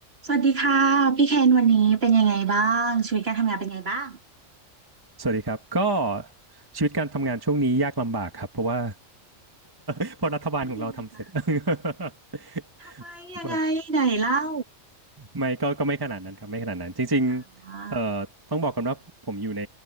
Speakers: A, on the right; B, on the right.
A: สวัสดีค่ะพี่เคนวันนี้เป็นยังไงบ้างชีวิตการทำงานเป็นไงบ้าง
B: สวัสดีครับก็ชีวิตการทำงานช่วงนี้ยากลำบากครับเพราะว่า <laughs> เพราะรัฐบาลของเราทำเสร็จ
A: เป็นยังไงคะ
B: <laughs>
A: ทำไมยังไงไหนเล่า
B: ไม่ไม่ก็ก็ไม่ขนาดนั้นครับไม่ขนาดนั้นจริงๆเอ่อ
A: อ่า
B: ต้องบอกกันว่าผมอยู่ใน